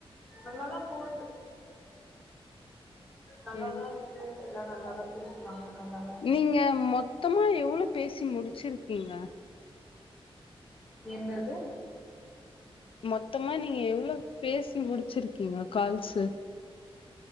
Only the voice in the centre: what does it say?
நல்லாதா போது நல்லாதா
இருக்கு எல்லாம் நல்லாதா பேசுநாங்க நல்லாதா
என்னது